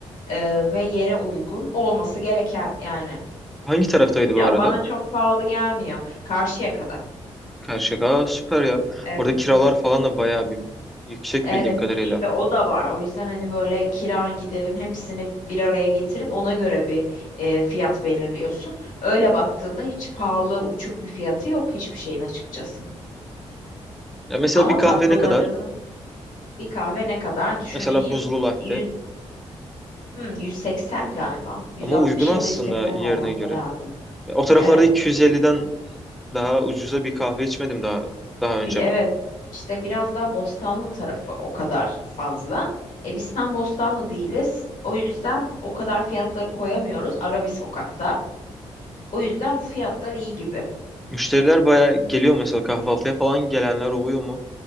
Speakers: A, on the left (about 80°); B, in the centre.
A: e, ve yere uygun olması gereken yani.
B: Hangi taraftaydı
A: Bilmiyorum
B: bu arada?
A: bana çok pahalı gelmiyor. Karşıyaka'da.
B: Karşıyaka. Aa, süper ya.
A: Evet
B: Orada kiralar
A: evet.
B: falan da bayağı bir yüksek
A: Evet
B: bildiğim kadarıyla.
A: işte o da var. O yüzden hani böyle kiran giderin hepsini bir araya getirip ona göre bir e, fiyat belirliyorsun. Öyle baktığında hiç pahalı uçuk bir fiyatı yok hiçbir şeyin açıkçası.
B: Ya mesela
A: Ama
B: bir
A: tatlılarını
B: kahve ne kadar?
A: bir kahve ne kadar düşüneyim
B: Mesela buzlu latte.
A: 100, hmm, 180 galiba. 160
B: Ama uygun aslında
A: ya da 180
B: yerine
A: olması
B: göre.
A: lazım.
B: O taraflarda
A: Evet.
B: 250'den daha ucuza bir kahve içmedim daha daha önce
A: Bir, evet.
B: ben.
A: İşte biraz daha Bostanlı tarafı o kadar fazla. E biz tam Bostanlı değiliz. O yüzden o kadar fiyatları koyamıyoruz. Ara bir sokakta. O yüzden bu fiyatlar iyi gibi.
B: Müşteriler bayağı geliyor mesela kahvaltıya falan gelenler oluyor mu?